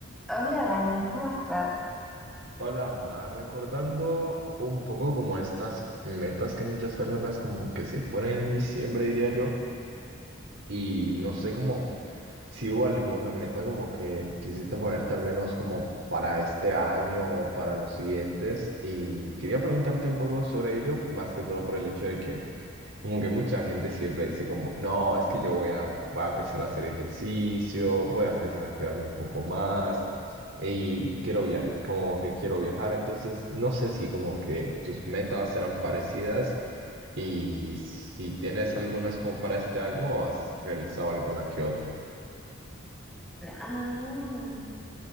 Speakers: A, in the centre; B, on the right (about 65°).
A: Hola Dani, ¿cómo estás?
B: Hola, Mar, recordando un poco como estas metas que muchas personas como que se ponen en diciembre, diría yo, y no sé cómo si hubo alguna meta como que quisiste ponerte al menos como para este año o para los siguientes, y quería preguntarte un poco sobre ello, más que todo por el hecho de que como que mucha gente siempre dice como, no, es que yo voy a, voy a empezar a hacer ejercicio, voy a empezar a cuidarme un poco más y quiero via como que quiero viajar. Entonces, no sé si como que tus metas eran parecidas y si tienes algunas como para este año o has realizado alguna que otra.
A: Ah,